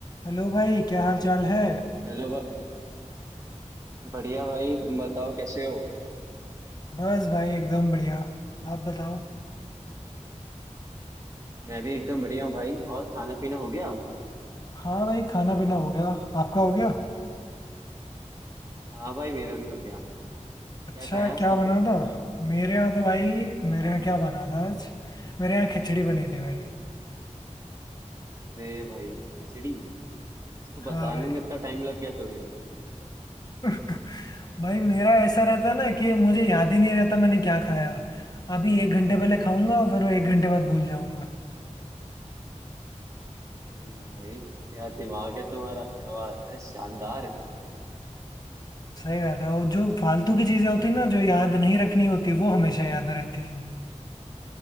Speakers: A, on the left (about 30°); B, on the right (about 25°).
A: Hello भाई क्या हाल चाल है
B: हेलो बा- बढ़िया भाई तुम बताओ कैसे हो
A: बस भाई एकदम बढ़िया आप बताओ
B: मैं भी एकदम बढ़िया हूँ भाई और खाना पीना हो गया
A: हाँ भाई खाना पीना हो गया आपका हो गया
B: हाँ भाई मेरा भी हो गया
A: अच्छा
B: क्या खाया आज
A: क्या
B: तुमने
A: बना था मेरे यहाँ तो भाई मेरे यहाँ क्या बना था आज मेरे यहाँ खिचड़ी बनी थी भाई
B: अरे भाई खिचड़ी इसको बताने
A: हाँ भाई
B: में इतना टाइम लग गया तुम्हें
A: <laughs> भाई मेरा ऐसा रहता ना कि मुझे याद ही नहीं रहता मैंने क्या खाया अभी एक घंटे पहले खाऊंगा और फिर एक घंटे बाद भूल जाऊंगा
B: हम्म, भाई क्या दिमाग है तुम्हारा क्या बात है शानदार
A: सही बात है और जो फालतू की चीज़ें होती हैं ना जो याद नहीं रखनी होती वो हमेशा याद रहती हैं